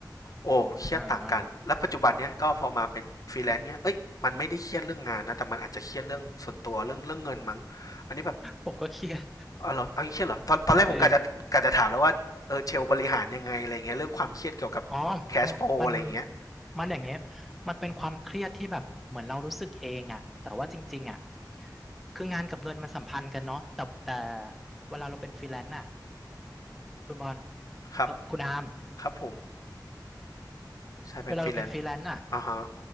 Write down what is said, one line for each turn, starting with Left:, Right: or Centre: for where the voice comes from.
Left: โอ้เครียดต่างกันแล้วปัจจุบันเนี้ยก็พอมาเป็นฟรีแลนซ์เนี้ยเอ้ยมันไม่ได้เครียดเรื่องงานนะแต่มันอาจจะเครียดเรื่องส่วนตัวเรื่องเรื่องเงินมั้งอันนี้แบบ
Centre: อ่าอ่าผมก็เครียด
Left: เอาเหรอเอา่งเครียดเหรอตอนตอนแรกผมกะจะกะจะถามแล้วว่าเออเชลบริหารยังไงอะไรเงี้ยเรื่องความเครียดเกี่ยวกับแคชโฟลอะไรเงี้ย
Centre: จริง อ๋อมันมันมันอย่างเงี้ยมันเป็นความเครียดที่แบบเหมือนเรารู้สึกเองอะแต่ว่าจริงๆอะคืองานกับเงินมันสัมพันธ์กันเนาะแต่แต่เวลาเราเป็นฟรีแลนซ์อะคุณบอล
Left: ครับ
Centre: เออคุณอาร์ม
Left: ครับผมใช่เป็นฟรีแลนซ์
Centre: เวลาเราเป็นฟรีแลนซ์อะ
Left: อ่าฮะ